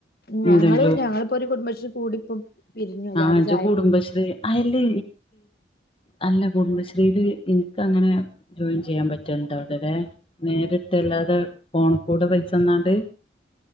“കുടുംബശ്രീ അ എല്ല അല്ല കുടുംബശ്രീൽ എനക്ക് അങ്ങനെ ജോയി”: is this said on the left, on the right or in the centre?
Left